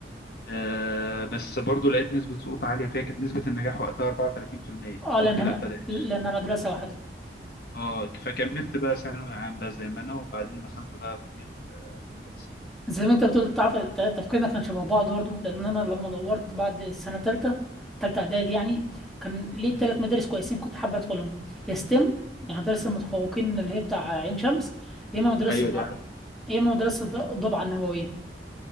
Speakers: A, on the left (about 60°); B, in the centre.
A: آه بس برضو لقيت نسبة سقوط عالية فيها كانت نسبة النجاح وقتها 34%
B: اه
A: قلت
B: لانها
A: لا بلاش
B: لانها مدرسه واحده
A: اه فكملت بقى ثانوي عام بقى زي ما انا وبعدين دخلت بقى كلية آه، هندسة
B: زي ما انت بتقول تعرف ت- تفكيرنا كان شبه بعض برضه لان انا لما دورت بعد السنه ثالثه ثالثه اعدادي يعني كان ليه
A: امم
B: ثلاث مدارس كويسين كنت حابه ادخلهم يا ستيم يعني مدرسه المتفوقين اللي هي بتاع عين شمس يا اما مدرسه
A: ايوه
B: ض-
A: دي عارف
B: يا اما مدرسه ض- ضبعه النوويه